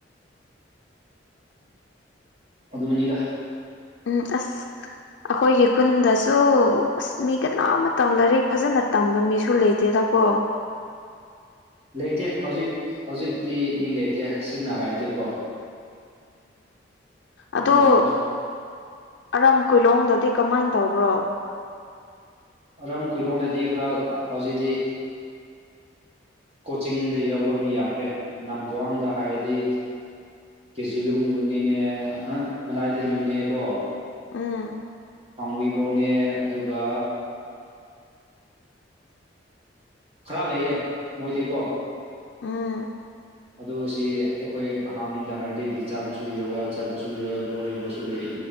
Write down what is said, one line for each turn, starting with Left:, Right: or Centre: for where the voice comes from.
Right: ꯑꯗꯨꯅꯤꯗ
Left: ꯎꯝ ꯑꯁ ꯑꯩꯈꯣꯏꯒꯤ ꯈꯨꯟꯗꯁꯨ ꯑꯁ ꯃꯤ ꯀꯅꯥ ꯑꯃꯇ ꯂꯥꯏꯔꯤꯛ ꯐꯖꯅ ꯇꯝꯕ ꯃꯤꯁꯨ ꯂꯩꯇꯦꯗꯀꯣ
Right: ꯂꯩꯇꯦ ꯍꯧꯖꯤꯛ ꯍꯧꯖꯤꯛꯇꯤ ꯃꯤ ꯂꯩꯇꯦ ꯁꯤꯡꯅ ꯍꯥꯏꯔꯗꯤꯀꯣ
Left: ꯑꯣ
Right: ꯃꯤ ꯀꯅꯥꯁꯨ
Left: ꯑꯔꯥꯝ ꯀꯨꯂꯣꯡꯗꯗꯤ ꯀꯃꯥꯏꯅ ꯇꯧꯕ꯭ꯔꯣ
Right: ꯑꯔꯝ ꯀꯨꯂꯣꯡꯗꯗꯤ ꯈꯔ ꯍꯧꯖꯤꯛꯇꯤ ꯀꯣꯆꯤꯡꯗ ꯌꯥꯎꯕ ꯃꯤ ꯌꯥꯝꯈ꯭ꯔꯦ ꯂꯝꯝꯒ꯭ꯋꯥꯡꯗ ꯍꯥꯏꯔꯗꯤ ꯀꯦ ꯖꯤꯂꯣꯡ ꯅꯤꯌꯨꯅꯤꯅꯦ ꯃꯅꯥꯏꯗ ꯅꯤꯌꯨꯅꯦꯀꯣ
Left: ꯎꯝ
Right: ꯄꯥꯡꯕꯤꯕꯧꯅꯦ ꯑꯗꯨꯒ ꯈꯔ ꯂꯩꯌꯦ ꯃꯣꯏꯗꯤꯀꯣ
Left: ꯎꯝ
Right: ꯑꯗꯣ ꯁꯤ ꯑꯩꯈꯣꯏ ꯑꯍꯥꯟꯕꯅꯤꯡꯗ ꯍꯥꯏꯔꯗꯤꯗꯤ ꯆꯥꯃꯁꯨꯨꯏꯌꯣ ꯋꯥꯠ ꯆꯥꯕꯁꯨꯨꯨꯣ ꯒ꯭ꯂꯣꯔꯤꯕꯁꯨ ꯁꯨꯗ